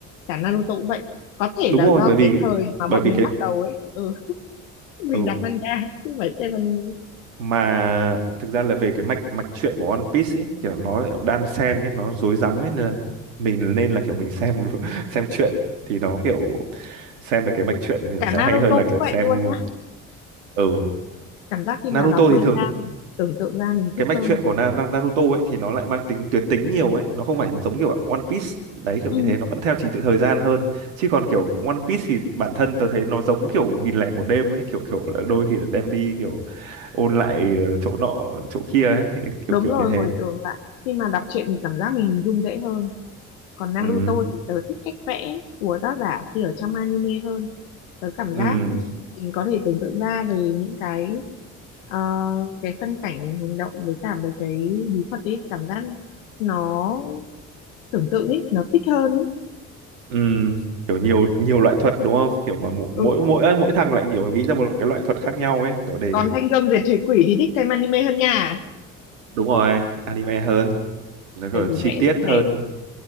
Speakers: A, on the left; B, on the right.
A: cả Naruto cũng vậy có thể
B: đúng
A: là
B: rồi
A: do
B: bởi vì
A: cái thời mà bọn
B: bởi vì
A: mình
B: cái
A: bắt đầu ấy ừ, <laughs> mình
B: ừ
A: đọc manga chứ không phải xem anime
B: mà thực ra là về cái mạch mạch truyện của One Piece ấy, kiểu nó lại đan xen ấy nó rối rắm ấy nên là mình nên là kiểu mình xem <laughs> xem truyện thì nó kiểu xem được
A: ừ.
B: cái mạch truyện thì nó
A: cả
B: sẽ
A: Naruto
B: hay hơn là
A: cũng
B: kiểu
A: vậy
B: xem
A: luôn nhá
B: ở
A: cảm giác khi
B: Naruto
A: mà đọc manga
B: thì thường
A: mình tưởng tượng ra mình thích
B: cái mạch
A: hơn
B: truyện của Na Na- Naruto ấy thì nó lại mang tính tuyến tính nhiều ấy nó không phải giống kiểu One Piece đấy kiểu
A: ừ,
B: như thế nó vẫn theo trình tự thời gian hơn chứ còn kiểu One Piece thì bản thân tớ thấy nó giống kiểu nghìn lẻ một đêm ấy kiểu kiểu là đôi khi là đem đi kiểu ôn lại ờ, chỗ nọ chỗ kia ấy
A: đúng
B: kiểu kiểu
A: rồi
B: như thế
A: hồi tưởng lại khi mà đọc truyện thì cảm giác mình hình dung dễ hơn còn Naruto
B: ừ
A: thì tớ thích cách vẽ của tác giả khi ở trong anime hơn tớ cảm
B: ừ
A: giác mình có thể tưởng tượng ra về những cái ờ, cái phân cảnh hành động với cả mấy cái bí thuật ấy cảm giác nó tưởng tượng ấy nó thích hơn ấy
B: ừ kiểu nhiều nhiều loại thuật đúng không kiểu mà mỗi
A: ừ
B: mỗi mỗi mỗi thằng lại kiểu nghĩ ra một cái loại thuật khác nhau ấy kiểu để
A: còn thanh gươm diệt thủy quỷ thì thích xem anime hơn nha
B: đúng rồi anime hơn nó
A: tại
B: kiểu
A: vì
B: chi
A: vẽ
B: tiết
A: rất đẹp
B: hơn